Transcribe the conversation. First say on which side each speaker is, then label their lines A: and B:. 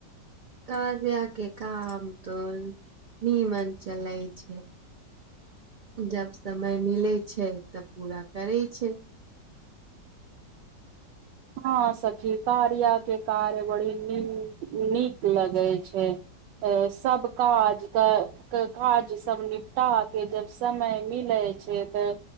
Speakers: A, on the right (about 40°); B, on the right (about 85°).
A: कार्या के काम तो नीमन चलैय छै। जब समय मिलैत छै तब पूरा करै छै।
B: हँं सखी कारिया के कार्य बड़ी न नीक लगे छै। अ सब काज क। के काज सब निपटा के जब समय मिलै छै तऽ।